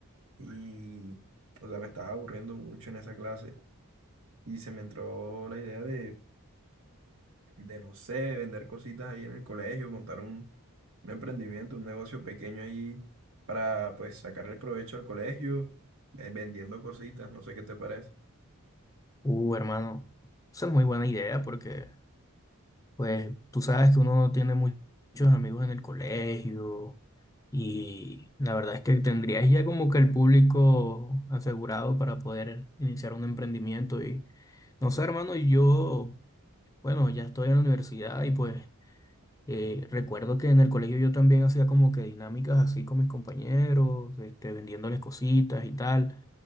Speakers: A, on the right (about 65°); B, on the left (about 15°).
A: y, o sea, me estaba aburriendo mucho en esa clase y se me entró la idea de, de no sé, vender cositas ahí en el colegio, montar un, un emprendimiento, un negocio pequeño ahí para, pues, sacarle provecho al colegio, eh, vendiendo cositas, no sé qué te parece.
B: Uh, hermano, esa es muy buena idea porque, pues, tú sabes que uno no tiene mu- muchos amigos en el colegio y la verdad es que tendrías ya como que el público asegurado para poder iniciar un emprendimiento y, no sé, hermano, yo, bueno, ya estoy en la universidad y pues Eh, recuerdo que en el colegio yo también hacía como que dinámicas así con mis compañeros, este, vendiéndoles cositas y tal.